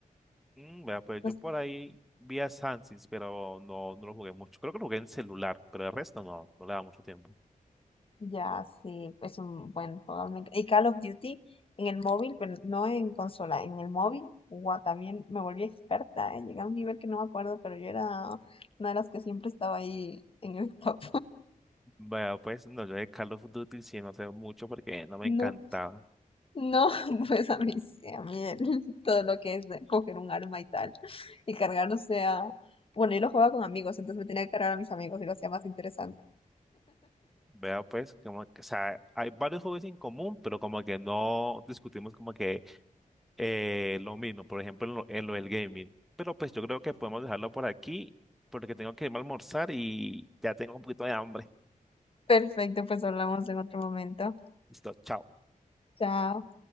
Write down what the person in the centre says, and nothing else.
Mm, vea, pues yo
por ahí vi a Sans, pero no, no lo jugué mucho. Creo que lo jugué en celular, pero el resto no, no le da mucho tiempo.
Vea, pues no, yo de Call of Duty sí no sé mucho porque no me
encantaba.
Vea, pues, como que, o sea, hay varios juegos en común, pero como que no discutimos como que Eh, lo mismo, por ejemplo, en lo, en lo del gaming. Pero pues yo creo que podemos dejarlo por aquí porque tengo que irme a almorzar y ya tengo un poquito de hambre.
Listo, chao.